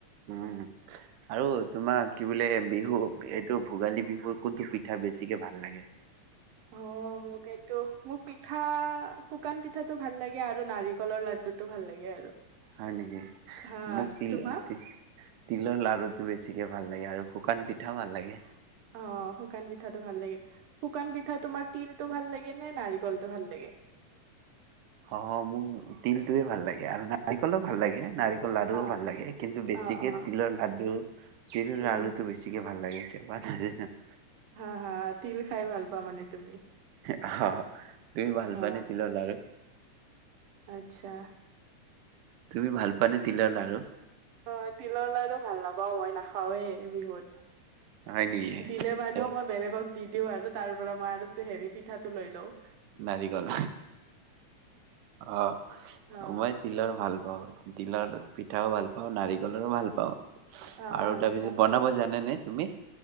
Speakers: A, on the right (about 80°); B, on the right (about 65°).
A: উম আৰু তোমাৰ কি বোলে বিহু এইটো ভোগালী বিহুৰ কোনটো পিঠা বেছিকে ভাল লাগে?
B: অ মোক এইটো মোক পিঠা শুকান পিঠাটো ভাল লাগে আৰু নাৰিকলৰ লাডুটো ভাল লাগে আৰু।
A: হয় নেকি?
B: হা
A: মোক তিল
B: তোমাৰ
A: তি তিলৰ লাৰু বেছিকে ভাল লাগে আৰু শুকান পিঠাও ভাল লাগে।
B: অ, শুকান পিঠাটো ভাল লাগে। শুকান পিঠা তোমাৰ তিলটো ভাল লাগে নে নাৰি কলটো ভাল লাগে?
A: অ মোক তিলটোৱে ভাল লাগে আৰু নাৰিকলো ভাল লাগে নাৰিক লাৰুও
B: অ
A: ভাল লাগে। কিন্তু বেছিকে
B: অ অ
A: তিলৰ লাডু তিল
B: উম
A: লাৰুটো বেছিকে ভাল লাগে। তি প আ <unintelligible>
B: হা হা, তিল খাই ভাল পা মানে তুমি?
A: অ তুমি ভাল
B: অ
A: পানে তিলৰ লাৰু?
B: আচ্ছা।
A: তুমি ভাল পোৱানে তিলৰ লাৰু
B: অ তিলৰ লাৰু ভাল নাপাও মই না খাওৱে বিহুত
A: হয় নেকি
B: দিলে মানেও
A: এ
B: মই বেলেগক দি দিওঁ আৰু তাৰ পৰা মই আৰু হেৰি পিঠাটো লৈ লওঁ।
A: নাৰিকল। অ
B: অ
A: মই তিলৰ ভাল পাওঁ। তিলৰ পিঠাও ভাল নাৰিকলৰো ভাল পাওঁ।
B: অ
A: আৰু
B: আচ্ছা
A: তাৰপিছত বনাব জানে নে? তুমি?